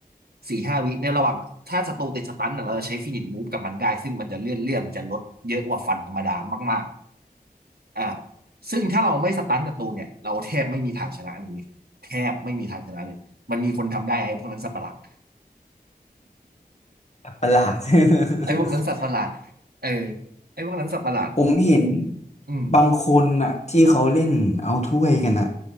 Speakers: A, on the right; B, on the left.
A: สี่ห้าวิในระหว่างถ้าศัตรูติดสตันท์อะเราจะใช้ฟินิชมูฟกับมันได้ซึ่งมันจะเลื่อนเลื่อนมันจะลดเยอะกว่าฟันธรรมดามากๆอ่า ซึ่งถ้าเราไม่สตันศัตรูเนี่ยเราแทบไม่มีทางชนะเลยแทบไม่มีทางชนะเลยมันมีคนทำได้ไอ้พวกนั้นสัตว์ประหลาด
B: ๆประหลาด <laughs>
A: ไอ้พวกนั้นสัตว์ประหลาดเออไอ้พวกนั้นสัตว์ประหลาด
B: ผมเห็น
A: อืม
B: บางคนน่ะที่เขาเล่นเอาถ้วยกันน่ะ